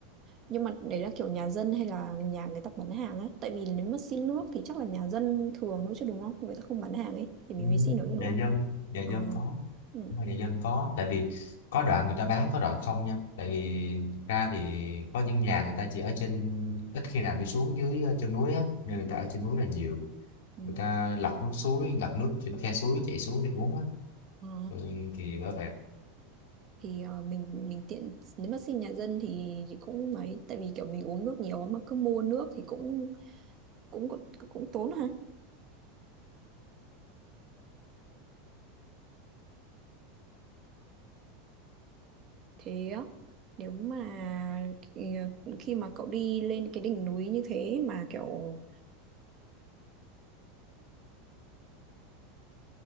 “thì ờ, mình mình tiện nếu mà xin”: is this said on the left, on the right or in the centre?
Right